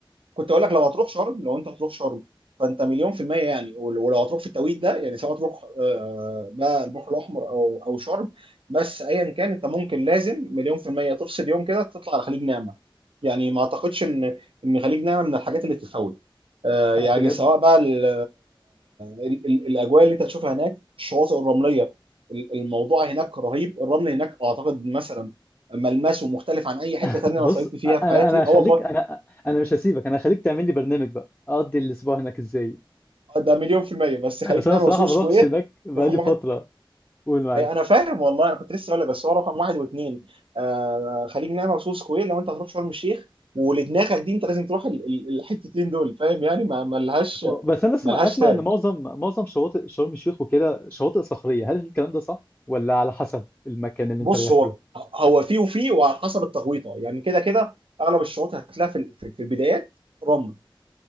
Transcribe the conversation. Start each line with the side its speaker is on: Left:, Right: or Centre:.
Right: كنت اقول لك لو هتروح شرم لو انت هتروح شرم فانت مليون في المية يعني ول- ولو هتروح في التوقيت ده يعني سواء تروح آه، بقى البحر الاحمر او او شرم بس ايا كان انت ممكن لازم مليون في المية تفصل يوم كده تطلع على خليج نعمة يعني ما اعتقدش ان ان خليج نعمة من الحاجات اللي تتفوت آه، يعني
Left: أنا بجد
Right: سواء بقى ال- ال- ال- الاجواء اللي انت هتشوفها هناك الشواطئ الرملية ال- الموضوع هناك رهيب الرمل هناك اعتقد مثلا ملمسه مختلف عن اي حتة
Left: <laughs>
Right: تانية
Left: بص
Right: انا صيفت فيها
Left: أنا
Right: في حياتي
Left: أنا هخليك
Right: اه والله
Left: أنا أنا مش هسيبك أنا هخليك تعمل لي برنامج بقى أقضي الأسبوع هناك إزاي
Right: آه، ده مليون في المية بس خليج
Left: بس
Right: نعمة
Left: أنا صراحة
Right: وسوق
Left: ما
Right: سكوير
Left: رحتش هناك بقالي
Right: رقم
Left: فترة
Right: واحد
Left: قول معاك
Right: أي أنا فاهم والله أنا كنت لسه أقول لك بس هو رقم واحد واثنين آه خليج نعمة وسوق سكوير لو أنت هتروح شرم الشيخ ولدماغك دي أنت لازم تروح ال- ال- الحتتين دول فاهم يعني ما ملهاش
Left: اه بس انا اسمع
Right: ملهاش
Left: اسمع
Right: تاني
Left: ان معظم معظم شواطئ شرم الشيخ وكده شواطئ صخريه هل الكلام ده صح ولا على حسب المكان اللي
Right: بص
Left: انت رايح
Right: هو
Left: له
Right: هو فيه وفيه وعلى حسب التغويطة يعني كده كده أغلب الشروط هتلاقيها في ال- في في البدايات رمل